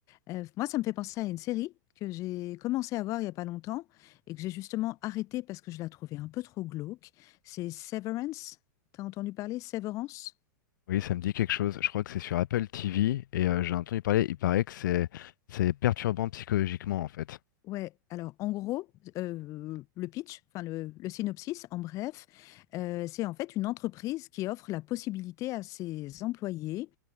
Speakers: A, on the left; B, on the left.
A: Euh, moi, ça me fait penser à une série que j'ai commencé à voir il n'y a pas longtemps et que j'ai justement arrêtée parce que je la trouvais un peu trop glauque. C'est Severance. T'as entendu parler? Severance?
B: Oui, ça me dit quelque chose. Je crois que c'est sur Apple TV et euh, j'ai entendu parler, il paraît que c'est c'est perturbant psychologiquement, en fait.
A: Ouais, alors en gros, euh, le pitch, enfin le, le synopsis, en bref, euh, c'est en fait une entreprise qui offre la possibilité à ses employés